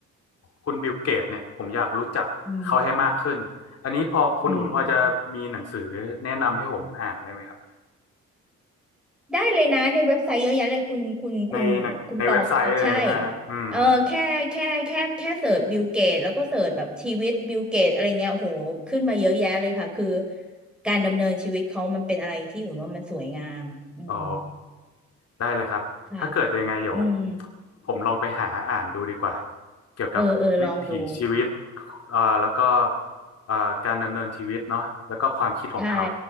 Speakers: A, on the left; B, in the centre.
A: คุณบิลเกตเนี่ยผมอยากรู้จักเขาให้มากขึ้นอันนี้พอคุณอุ่นพอจะมีหนังสือแนะนำให้ผมอ่านได้ไหมครับ
B: <laughs> อืมอืมได้เลยนะในเว็บไซต์เยอะแยะเลยคุณคุณคุณคุณปอใช่
A: ในหนังในเว็บไซต์เลยฮะอืม
B: เออแค่แค่แค่แค่เสิร์ชบิลเกตแล้วก็เสิร์ชแบบชีวิตบิลเกตอะไรเงี้ยโอ้โหขึ้นมาเยอะแยะเลยค่ะคือการดำเนินชีวิตเขามันเป็นอะไรที่อุ่นว่ามันสวยงามอะอืม
A: อ๋อได้เลยครับ
B: ค่ะ
A: ถ้าเกิดยังไงเดี๋ยว
B: อืม
A: ผมลองไปหาอ่านดูดีกว่า เกี่ยวกับวิถีชีวิต
B: เออเออลองดู
A: เอ่อแล้วก็เอ่อการดำเนินชีวิตเนาะแล้วก็ความคิดของเขา
B: ใช่